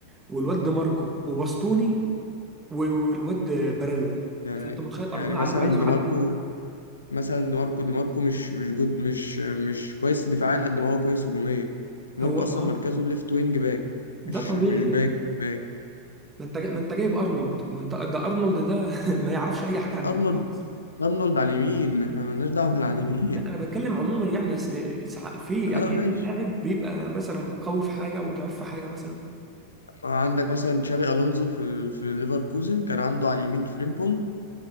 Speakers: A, on the right (about 15°); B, on the left (about 75°).
A: والواد دي ماركو وباستوني و- والواد باريلا
B: يعني
A: فانت متخيل اربعه
B: يعني مثلا
A: عليه وعايزه
B: دي ماركو
A: يعدي
B: مثلا دي ماركو دي ماركو مش مش جود مش مش كويس دفاعيا قد ما هو كويس هجوميا دي ماركو
A: هو
B: اصلا
A: ما
B: مركزه ليفت وينج باك
A: ده
B: مش
A: طبيعي
B: مش باك باك
A: ما انت جا- ما انت جايب ارنولد ما انت ده ارنولد ده <laughs> ما يعرفش اي حاجه عن
B: ارنولد
A: الدفاع
B: ارنولد على اليمين احنا مالناش دعوه <laughs> بالعلى اليمين
A: لا انا بتكلم عموما يعني س- سع- في
B: اه
A: اكيد
B: ماشي
A: اللاعب بيبقى مثلا قوي في حاجه وضعيف في حاجه مثلا
B: عندك مثلا تشابي الونزو في في ليفركوزن كان عنده على اليمين فريمبونج